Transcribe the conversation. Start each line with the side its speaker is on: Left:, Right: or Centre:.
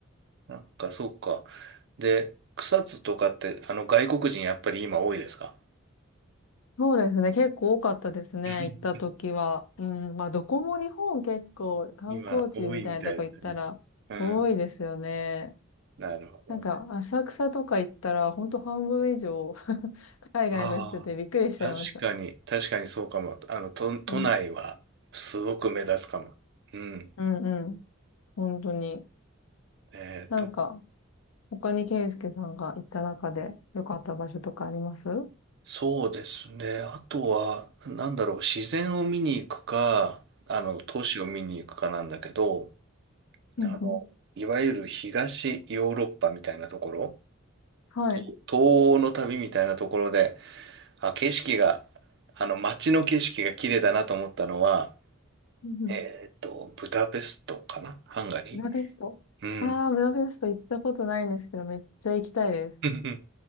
Right: なんか、そうか。で、草津とかって、あの、外国人やっぱり今多いですか
Left: そうですね。結構多かったですね。
Right: <laughs>
Left: 行った時は。うん。まあ、どこも日本結構観光地みたいなとこ行ったら多いですよね。
Right: 今、多いみたいですね。うん。なるほどね。
Left: なんか、浅草とか行ったら、ほんと半分以上 <laughs> 海外の人でびっくりしちゃいました。
Right: ああ。確かに、確かにそうかも。あの、都、都内は、
Left: うん。
Right: すごく目立つかも。うん。
Left: うんうん。本当に。
Right: えーと、
Left: なんか、他にケイスケさんが行った中で良かった場所とかありますうん。
Right: そうですね。あとは、なんだろう、自然を見に行くか、あの、都市を見に行くかなんだけど、
Left: うんうん。
Right: あの、いわゆる東ヨーロッパみたいなところ、
Left: はい。う
Right: 東欧の旅みたいなところで、あ、景色が、あの、街の景色が綺麗だなと思ったのは、
Left: んうん。
Right: えっと、ブダペストかなハンガリ
Left: ブダペストああブダペスト行ったことないんですけど、
Right: ー。うん。
Left: めっちゃ行きたいです。
Right: <laughs>